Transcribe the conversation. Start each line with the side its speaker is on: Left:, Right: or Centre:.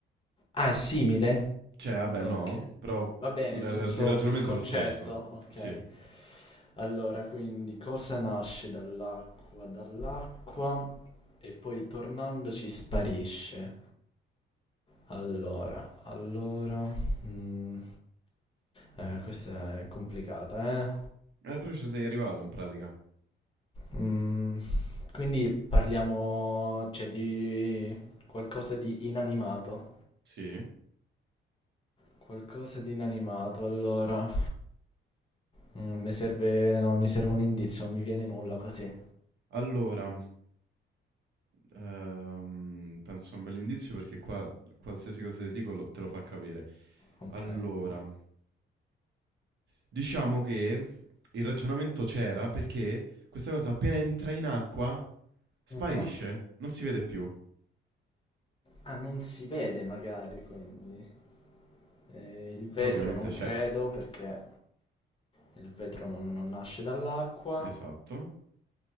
Left: Ah, è simile?
Right: Cioè, vabbè,
Left: Ok.
Right: no. Però
Left: Va bene,
Right: l-
Left: nel senso
Right: il ragionamento
Left: il concetto,
Right: è lo stesso.
Left: ok.
Right: Sì.
Left: Allora, quindi cosa nasce dall'acqua? Dall'acqua e poi tornandoci sparisce. Allora, allora... mm. Eh, questa è complicata, eh?
Right: Eh, però ci sei arrivato in pratica.
Left: Mm, quindi parliamo, cioè, di qualcosa di inanimato.
Right: Sì.
Left: Qualcosa di inanimato, allora. Mm, mi serve, no, mi serve un indizio, non mi viene nulla così.
Right: Allora, Ehm, penso sia un bell'indizio perché qua qualsiasi cosa ti dico lo- te lo fa capire.
Left: Ok.
Right: Allora, diciamo che il ragionamento c'era perché questa cosa appena entra in acqua sparisce,
Left: Mhm.
Right: non si vede più.
Left: Ah, non si vede magari, quindi. Eh, il vetro
Right: Però ovviamente
Left: non
Right: c'è.
Left: credo perché il vetro non, non nasce dall'acqua.
Right: Esatto.